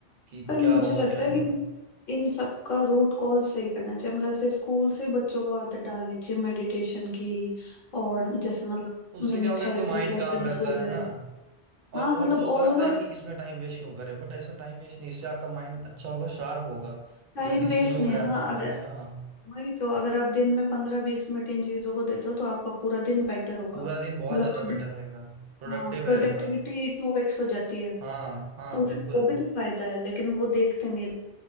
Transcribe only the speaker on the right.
कि
क्या होगा
क्या नहीं
होगा
हम्म,
उससे
क्या होगा
एक तो माइंड
काम रहता
है ना
और बहुत
लोगों को
लगता
है कि इसमें टाइम वेस्ट क्यों करें बट ऐसा टाइम वेस्ट नहीं इससे आपका माइंड अच्छा होगा शार्प होगा
जल्दी
चीजों
को ग्रैब
कर पाएंगे
हाँ
पूरा दिन बहुत
ज्यादा
बेटर रहेगा प्रोडक्टिव
रहेगा
हाँ हाँ
बिल्कुल